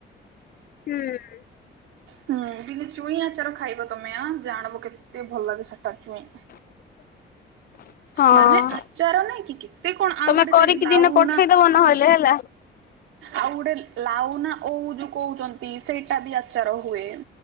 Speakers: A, on the left; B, on the right.
A: ହୁଁ।
B: ହୁଁ ଦିନେ ଚୁଇଁ ଆଚାର ଖାଇବ ତମେ ଆ ଜାଣବ କେତେ ଭଲ ଲାଗେ ସେଟା ଚୁଇଁ।
A: <inaudible> ହଁ।
B: ମାନେ ଆଚାର ନାଇଁ କି କେତେ କଣ ଆଉ
A: ତମେ
B: ଗୋଟେ
A: କରିକି
B: ସେ ଲାଉ
A: ଦିନେ ପଠେଇଦବ
B: ନା
A: ନହେଲେ
B: ହୁଁ
A: ହେଲା।
B: ଆଉ ଗୋଟେ ଲାଉ ନା ଓଉ ଯୋଉ କହୁଛନ୍ତି ସେଇଟା ବି ଆଚାର ହୁଏ।